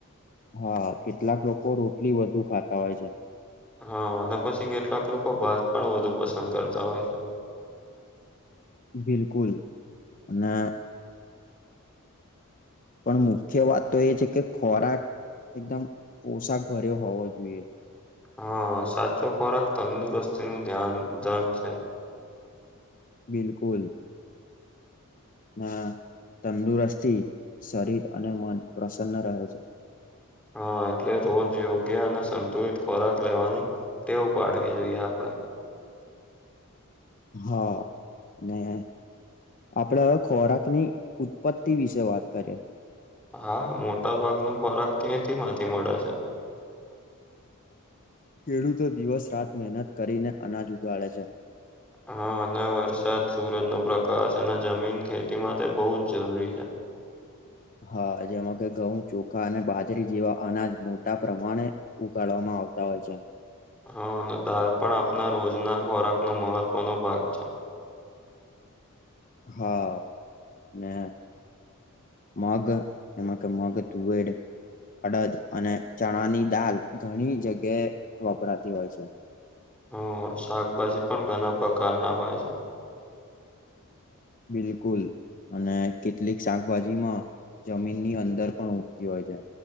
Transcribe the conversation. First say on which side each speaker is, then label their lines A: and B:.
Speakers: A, on the left; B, in the centre.
A: હા કેટલાક લોકો રોટલી વધુ ખાતા હોય છે.
B: હા અને પછી કેટલાક લોકો ભાત પણ વધુ પસંદ કરતા હોય છે.
A: બિલકુલ ને પણ મુખ્ય વાત તો એ છે કે ખોરાક એકદમ પોશાક ભર્યો હોવો જોઈએ.
B: હા સાચો ખોરાક તંદુરસ્તી નું ધ્યાન ધન છે.
A: બિલકુલ ના તંદુરસ્થી શરીર અને મન પ્રસન્ન રહે છે.
B: હા એટલે રોજ યોગ્ય અને સંતુલિત ખોરાક લેવાની ટેવ પાડવી જોઈએ આપડે.
A: હા અને આપડે હવે ખોરાકની ઉત્પત્તિ વિશે વાત કરીએ.
B: હા મોટા ભાગ નો ખોરાક ક્યાંથી માંથી મળે છે.
A: ખેડૂતો દિવસ રાત મહેનત કરીને અનાજ ઉગાડે છે.
B: હા અને વરસાદ સુરજ નો પ્રકાશ અને જમીન ખેતી માટે બહુ જ જરૂરી છે.
A: હા જેમાં કે ઘઉં ચોખા અને બાજરી જેવા અનાજ મોટા પ્રમાણે ઉગાળવામાં આવતા હોય છે.
B: હા અને દાલ પણ આપના રોજ ના ખોરાકનો મહત્વનો ભાગ છે.
A: હા મે માઘન એમાં કે મઘ તુવેર અડદ અને ચણાની દાલ ઘણી જગ્યાએ વપરાતી હોય છે.
B: હ શાકભાજી પણ ઘણા પ્રકાર ના હોય છે.
A: બિલકુલ અને કેટલીક શાકભાજી માં જમીન ની અંદર પણ ઉગતી હોય છે.